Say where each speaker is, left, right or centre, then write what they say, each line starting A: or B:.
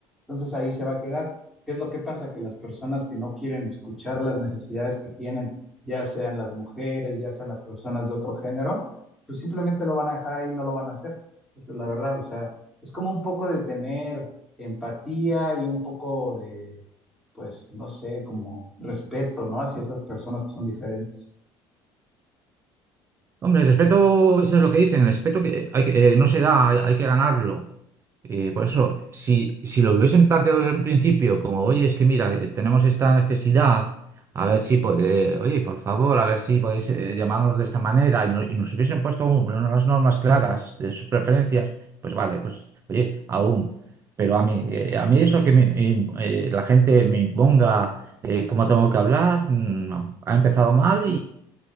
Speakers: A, in the centre; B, on the right (about 30°).
A: Entonces ahí se va a quedar. ¿Qué es lo que pasa? Que las personas que no quieren escuchar las necesidades que tienen, ya sean las mujeres, ya sean las personas de otro género, pues simplemente lo van a dejar ahí no lo van a hacer. Esa es la verdad. O sea, es como un poco de tener empatía y un poco de, pues, no sé, como respeto, ¿no? Hacia esas personas que son diferentes.
B: Hombre, el respeto, eso es lo que dicen, el respeto que hay que, eh, no se da, hay, hay que ganarlo. Eh, por eso, si, si lo hubiesen planteado desde un principio, como, oye, es que mira, eh, tenemos esta necesidad, a ver si, po- eh, oye, por favor, a ver si podéis eh, llamarnos de esta manera, y, no- y nos hubiesen puesto un- unas normas claras de sus preferencias, pues vale, pues, oye, aún. Pero a mí, eh, a mí eso que me- me- eh, la gente me imponga eh, cómo tengo que hablar, mm, no. Ha empezado mal